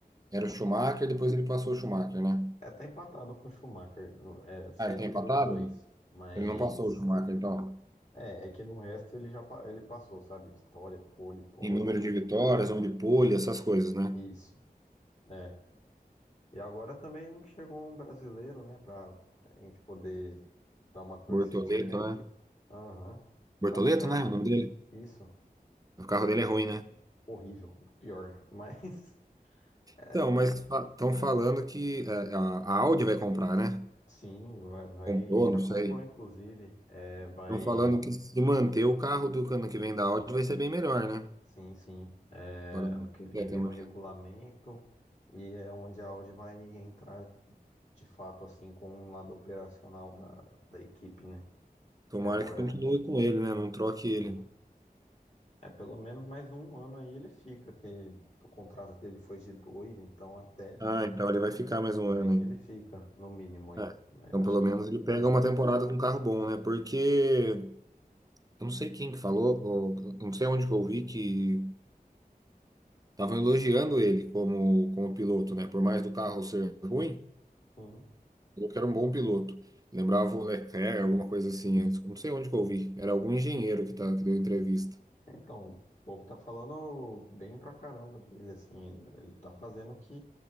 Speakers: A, on the right; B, on the left.
A: Era o Schumacher, depois ele passou o Schumacher, né?
B: É até empatado com o Schumacher, no- é, sete
A: Ah, ele tá empatado?
B: para os dois, mas
A: Ele não passou o Schumacher, então.
B: é, é que no resto ele já pa- ele passou, sabe? Vitória, pole, pódio,
A: em número de vitórias, número de pole, essas coisas, né?
B: isso, é. E agora também chegou um brasileiro, né, pra a gente poder dar uma torcedinha.
A: Bortoleto, né?
B: Aham,
A: Bortoleto,
B: Tá num carro,
A: né? O nome dele?
B: isso,
A: O carro dele é ruim, né?
B: horrível, pior, mas <laughs>
A: Então, mas estão falando que é, a, a Audi vai comprar, né?
B: Sim, vai, vai-
A: Comprou,
B: já
A: não
B: comprou,
A: sei.
B: inclusive. É, vai,
A: Estão falando que se manter o carro do ano que vem da Audi vai ser bem melhor, né?
B: sim, sim. É,
A: Agora,
B: ano que vem
A: é, tem
B: vira
A: uma...
B: o regulamento e é onde a Audi vai entrar de fato, assim, com o lado operacional da, da equipe, né?
A: Tomara
B: Que agora,
A: que continue com ele, né? Não troque ele.
B: sim, é pelo menos mais um ano aí ele fica, que o contrato dele foi de dois, então até
A: Ah, então ele vai ficar
B: ano
A: mais
B: que
A: um
B: vem
A: ano
B: ele fica, no mínimo aí.
A: aí. É.
B: Mas
A: Então,
B: eu acho
A: pelo
B: que
A: menos
B: é
A: ele pega
B: mais,
A: uma temporada com um carro bom, né? Porque eu não sei quem que falou, ou, eu não sei onde que eu ouvi que Estavam elogiando ele como, como piloto, né? Por mais do carro ser ruim,
B: sim.
A: falou que era um bom piloto. Lembrava o Leclerc, alguma coisa assim. Eu não sei onde que eu ouvi. Era algum engenheiro que, tá, que deu entrevista.
B: Então, o povo tá falando bem pra caramba dele, assim, ele, ele tá fazendo o que,